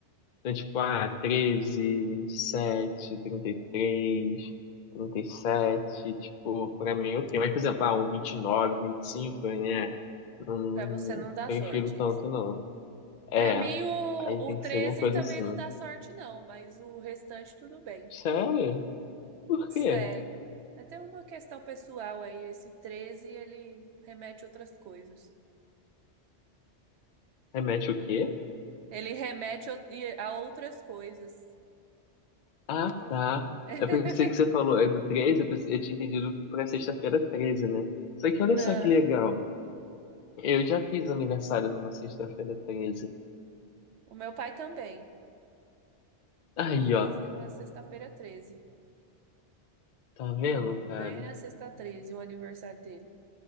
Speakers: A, on the left; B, on the right.
A: Então, tipo, ah, treze vinte e e sete trinta e três trinta e sete tipo, pra mim, ok. Mas, por exemplo, ah, um vinte vinte e nove vinte e cinco né? Não, não
B: pra você não dar
A: prefiro
B: sorte.
A: tanto,
B: Isso.
A: não. É,
B: Pra mim, o,
A: aí tem
B: o 13
A: que ser alguma coisa
B: também
A: assim.
B: não dá sorte, não, mas o restante tudo bem.
A: Sério? Por
B: Sério.
A: quê?
B: É Até uma questão pessoal aí, esse 13 ele remete a outras coisas.
A: Remete o quê?
B: Ele remete o- e- a outras coisas.
A: Ah,
B: Pro-
A: tá.
B: <laughs>
A: Eu pensei que você falou, é do 13 eu, pensei, eu tinha entendido pra sexta-feira treze né? Só que
B: Não,
A: olha só que legal. Eu já fiz aniversário numa sexta-feira treze
B: o meu pai também
A: Aí,
B: já fez
A: ó.
B: né, uma sexta-feira treze
A: Tá vendo,
B: Pegou bem
A: cara?
B: na sexta 13 o aniversário dele.